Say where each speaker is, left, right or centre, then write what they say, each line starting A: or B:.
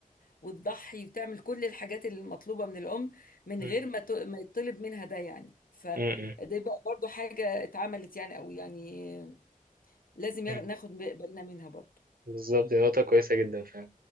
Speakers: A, on the left; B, on the right.
A: وتضحي وتعمل كل الحاجات المطلوبة من الأم من
B: م-
A: غير ما ت... ما يطلب منها ده يعني فده
B: م- م-
A: بقى برضو حاجة اتعملت يعني أو يعني لازم يا-
B: م-
A: ناخد بالنا منها برضو
B: بالظبط دي نقطه كويسه جدا فعلا